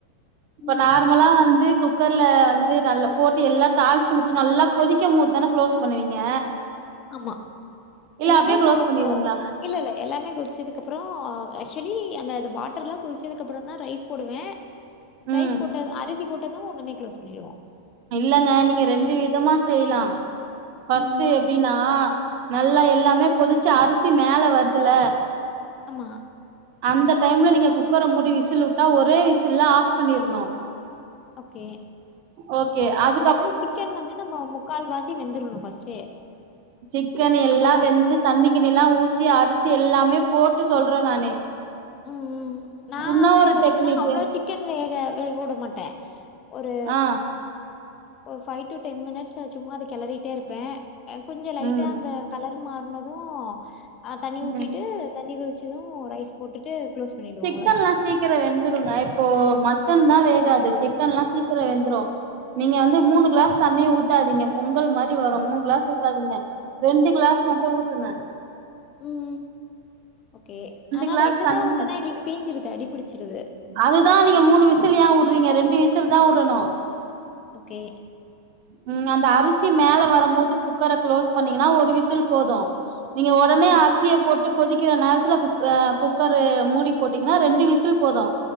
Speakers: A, on the right; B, on the left.
A: இப்ப
B: ம்.
A: நார்மலா வந்து கூ குக்கர்ல வந்து நல்லா போட்டு எல்லா தாலிச்சு விட்டு நல்லா கொதிக்க மொது தானே குளோஸ் பண்ணுவீங்க
B: ஆமா
A: இல்ல
B: எல்லாமே
A: அப்டியே க்ளோஸ்
B: போ
A: பண்ணிருவீங்களா
B: கோ இல்ல இல்ல எல்லாமே கொதிச்சதுக்கு அப்புரோ ஆக்சுவலி அந்த வாட்டர் எல்லா கொதிச்சதுக்கு அப்புரோ தா ரைஸ் போடுவே
A: ம்
B: ரைஸ் போட்டது அரிசி போட்டது ஒடனே க்ளோஸ் பண்ணிடுவோ
A: இல்லங்க நீங்க ரெண்டு விதமா செய்யலா ஃபஸ்டு
B: ம், ம்.
A: எப்டினா நல்லா எல்லாமே கொதிச்சு அரிசி மேல வருதுல
B: ஆமா
A: அந்த டைம்ல நீங்க குக்கர மூடி விசில் வுட்டா ஒரே விசில்ல ஆஃப் பண்ணிருணு
B: ஓக்கே
A: ஓக்கே அது
B: அதாவது சிக்கன் வந்து நம்ம முக்கால் வாசி வெந்துரணு ஃபர்ஸ்ட்டே
A: சிக்கன் எல்லா
B: அந்த மாரி.
A: வெந்து தண்ணி கிண்ணி எல்லா ஊத்தி அரிசி எல்லாமே போட்டு சொல்றே நானு
B: ம், ம் நா
A: உன்னு
B: வந்து
A: ஒரு
B: பாத்தீங்கன்னா
A: டெக்னிக்கு
B: அவ்ளோ சிக்கன் வேக வேக உட மாட்டே ஒரு
A: ஆ
B: ஒரு ஃபைவ் டு டென் மினிட்ஸ் சும்மா அத கிளறிட்டே இருப்பே அது கொஞ்சு லைட்டா
A: ம்
B: அந்த கலர் மாறனது அ தண்ணி
A: ம்
B: ஊத்திட்டு தண்ணி கொதிச்சது ரைஸ் போட்டுட்டு க்ளோஸ் பண்ணிடுவோ
A: சிக்கன்
B: அவ்ளோதா
A: லா சீக்கிரோ வெந்துருங்க இப்போ மட்டன் தா வேகாது சிக்கன் எல்லா சீக்கிரோ
B: ம்
A: வெந்துரு நீங்க வந்து
B: ம்
A: மூணு கிளாஸ் தண்ணி ஊத்தாதீங்க பொங்கல் மாரி வரு மூணு கிளாஸ் ஊத்ததீங்க ரெண்டு கிளாஸ் மட்டு ஊத்துங்க
B: ம் கே ஆனா
A: கிளாஸ்
B: ரெண்டு
A: தண்ணி
B: தா ஊத்துனா எங்களுக்கு தீஞ்சிருது அடிபிடிச்சிருது
A: அதுதா நீங்க மூணு விசில் ஏ உடுறீங்க ரெண்டு விசில் தா உடணு
B: ஓக்கே
A: ம் அந்த அரிசி மேல வரும் போது குக்கர க்ளோஸ் பண்ணீங்கன்னா ஒரு விசில் போது நீங்க ஒடனே
B: ஆ ஆ
A: அரிசிய போட்டு கொதிக்கிற நேர துல குக் குக்கரு மூடி போட்டீங்கன்னா ரெண்டு விசில் போது